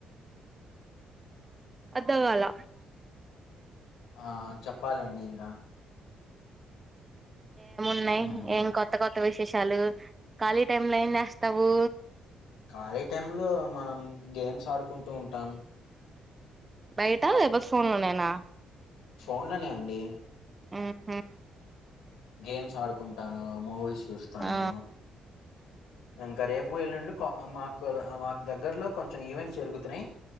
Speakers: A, on the right; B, on the left.
A: అర్ధంకాల
B: ఆ చెప్పాలండి ఇంగ
A: ఏమున్నాయి
B: ఉమ్
A: ఏం కొత్త కొత్ విశేషాలు కాలి టైమ్ లో ఏంచేస్తావు
B: కాలేజ్ టైమ్ లో మనం గేమ్స్ ఆడుకుంటు ఉంటాం
A: బయట లే పోతే ఫోన్ లోనేనా
B: ఫోన్ లోనే అండి
A: ఆహా
B: గేమ్స్ ఆడుకుంటాను మూవీస్ చూస్తాను
A: ఆ
B: ఇంకా రేపు ఎల్లుండి మాకు మాకు దగ్గర్లో కొంచెం ఈవెంట్స్ జరుగుతున్నాయి